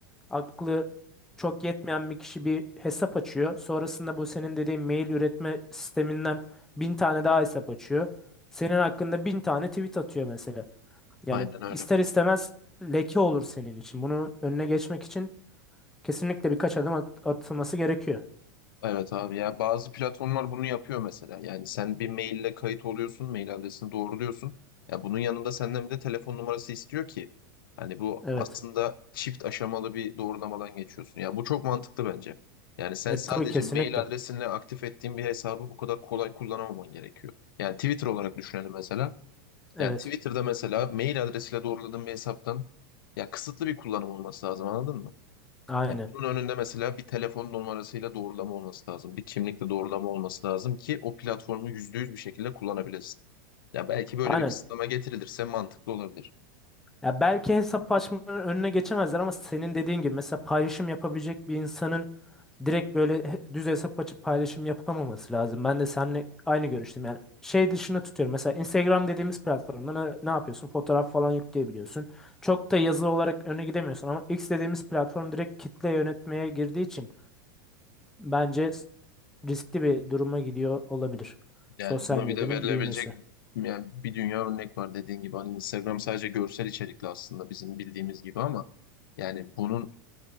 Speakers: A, in the centre; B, on the left (about 85°).
A: aklı çok yetmeyen bir kişi bir hesap açıyor. Sonrasında bu senin dediğin mail üretme sisteminden bin tane daha hesap açıyor. Senin hakkında bin tane tweet atıyor mesela. Yani
B: Aynen öyle.
A: ister istemez leke olur senin için. Bunu önüne geçmek için kesinlikle birkaç adım at- atılması gerekiyor.
B: Evet abi ya bazı platformlar bunu yapıyor mesela. Yani sen bir maille kayıt oluyorsun, mail adresini doğruluyorsun. Ya bunun yanında senden bir de telefon numarası istiyor ki hani bu
A: Evet.
B: aslında çift aşamalı bir doğrulamadan geçiyorsun. Ya bu çok mantıklı bence. Yani sen
A: E,
B: sadece
A: tabii kesinlikle.
B: mail adresinle aktif ettiğin bir hesabı bu kadar kolay kullanamaman gerekiyor. Yani Twitter olarak düşünelim mesela.
A: Evet.
B: Yani Twitter'da mesela mail adresiyle doğruladığın bir hesaptan ya kısıtlı bir kullanım olması lazım anladın mı?
A: Aynen.
B: Yani bunun önünde mesela bir telefon numarasıyla doğrulama olması lazım. Bir kimlikle doğrulama olması lazım ki o platformu %100 bir şekilde kullanabilesin. Ya belki böyle
A: Aynen.
B: bir kısıtlama getirilirse mantıklı olabilir.
A: Ya belki hesap açmanın önüne geçemezler ama senin dediğin gibi mesela paylaşım yapabilecek bir insanın direkt böyle he- düz hesap açıp paylaşım yapamaması lazım. Ben de seninle aynı görüştüm. Yani şey dışına tutuyorum. Mesela Instagram dediğimiz platformda ne, ne yapıyorsun? Fotoğraf falan yükleyebiliyorsun. Çok da yazı olarak öne gidemiyorsun ama X dediğimiz platform direkt kitle yönetmeye girdiği için bence s- riskli bir duruma gidiyor olabilir.
B: Yani
A: Sosyal
B: buna
A: medyanın
B: bir de verilebilecek
A: büyümesi.
B: yani bir dünya örnek var dediğin gibi. Hani Instagram sadece görsel içerikli aslında bizim bildiğimiz gibi ama yani bunun